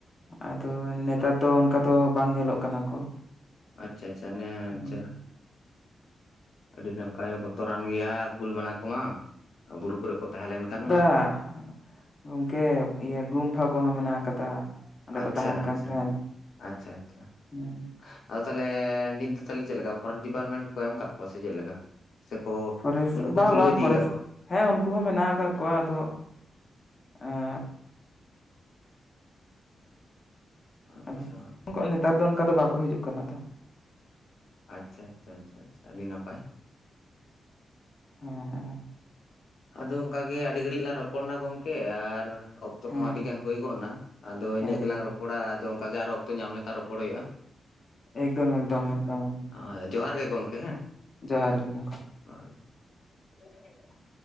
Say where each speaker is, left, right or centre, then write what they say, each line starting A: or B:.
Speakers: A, on the left; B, on the left.
A: ᱟᱫᱚ ᱱᱮᱛᱟᱨ ᱫᱚ ᱚᱱᱠᱟ ᱫᱚ ᱵᱟᱝ ᱧᱮᱞᱚᱜ ᱠᱟᱱᱟ ᱠᱚ᱾
B: ᱟᱪᱷᱟ ᱟᱪᱷᱟ, ᱱᱮ
A: ᱦᱩᱸ
B: ᱟᱪᱷᱟ ᱟᱹᱰᱤ ᱱᱟᱯᱟᱭ ᱵᱚᱛᱚᱨᱟᱱ ᱜᱮᱭᱟ ᱠᱩᱞ, ᱵᱟᱱᱟ ᱠᱚᱢᱟ ᱵᱩᱨᱩ ᱠᱚᱨᱮ ᱠᱚ ᱛᱟᱦᱮᱸ ᱞᱮᱱ ᱠᱷᱟᱱ ᱢᱟ᱾
A: ᱦᱮᱸ᱾ ᱜᱚᱢᱠᱮ ᱤᱭᱟᱹ ᱜᱩᱢᱯᱷᱟ ᱠᱚᱦᱚᱸ ᱢᱮᱱᱟᱜ ᱟᱠᱟᱫᱟ᱾ ᱚᱸᱰᱮ
B: ᱟᱪᱪᱷᱟ
A: ᱠᱚ ᱛᱟᱦᱮᱱ
B: ᱟᱪᱪᱷᱟ
A: ᱠᱟᱱ ᱛᱟᱦᱮᱸᱱ
B: ᱟᱪᱪᱷᱟ ᱟᱪᱪᱷᱟ
A: ᱦᱮᱸ᱾
B: ᱟᱫᱚ ᱛᱟᱦᱚᱞᱮ ᱱᱤᱛ ᱫᱚ ᱛᱟᱦᱚᱞᱮ ᱪᱮᱫ ᱞᱮᱠᱟ ᱯᱷᱚᱨᱮᱥᱴ ᱰᱤᱯᱟᱨᱴᱢᱮᱱᱴ ᱠᱚ ᱮᱢ ᱟᱠᱟᱫ ᱠᱚᱣᱟ ᱥᱮ ᱪᱮᱫ ᱞᱮᱠᱟ? ᱥᱮᱠᱚ
A: ᱯᱷᱚᱨᱮᱥᱴ
B: ᱩᱱᱠᱩ ᱠᱚ
A: ᱵᱟᱝ
B: ᱛᱩᱞᱟᱹᱣ
A: ᱵᱟᱝ
B: ᱤᱫᱤᱠᱟᱫ
A: ᱯᱷᱚᱨᱮᱥᱴ
B: ᱠᱚᱣᱟ?
A: ᱦᱮᱸ ᱩᱱᱠᱩ ᱦᱚᱸ ᱢᱮᱱᱟᱜ ᱟᱠᱟᱫ ᱠᱚᱣᱟ ᱟᱫᱚ ᱮᱸ
B: ᱟᱪᱪᱷᱟ
A: ᱠᱟᱱᱟ, ᱩᱱᱠᱩᱜ ᱟᱜ ᱱᱮᱛᱟᱨ ᱫᱚ ᱚᱱᱠᱟ ᱫᱚ ᱵᱟᱠᱚ ᱦᱤᱡᱩᱜ ᱠᱟᱱᱟ ᱛᱚ ᱾
B: ᱟᱪᱪᱷᱟ ᱟᱪᱪᱷᱟ ᱟᱪᱪᱷᱟ ᱟᱹᱰᱤ ᱱᱟᱯᱟᱭ᱾
A: ᱦᱮᱸ ᱦᱮᱸ ᱾
B: ᱟᱫᱚ ᱚᱱᱠᱟ ᱜᱮ ᱟᱹᱰᱤ ᱜᱷᱟᱹᱲᱤᱡ ᱞᱟᱝ ᱨᱚᱯᱚᱲ ᱱᱟ ᱜᱚᱢᱠᱮ ᱟᱨ ᱚ ᱚᱠᱛᱚ
A: ᱦᱮᱸ
B: ᱠᱚᱦᱚᱸ ᱟᱹᱰᱤᱜᱟᱱ
A: ᱦᱮᱸ
B: ᱦᱩᱭ ᱜᱚᱫ ᱱᱟ᱾ ᱟᱫᱚ ᱤᱱᱟᱹᱜ
A: ᱦᱮᱸ
B: ᱜᱮᱞᱟᱝ
A: ᱦᱮᱸ
B: ᱨᱚᱯᱚᱲᱟ ᱟᱫᱚ ᱚᱱᱠᱟ ᱜᱮ ᱟᱨᱚ ᱚᱠᱛᱚ ᱧᱟᱢ ᱞᱮᱠᱷᱟᱱ ᱨᱚᱯᱚᱲ ᱦᱩᱭᱩᱜ-ᱟ᱾
A: ᱮᱠᱫᱚᱢ ᱮᱠᱫᱚᱢ ᱮᱠᱫᱚᱢ ᱾
B: ᱚᱭ ᱡᱚᱦᱟᱨ ᱜᱮ ᱜᱚᱢᱠᱮ ᱦᱮᱸ ᱾
A: ᱡᱚᱦᱟᱨ ᱜᱮ ᱾
B: <unintelligible>
A: <unintelligible>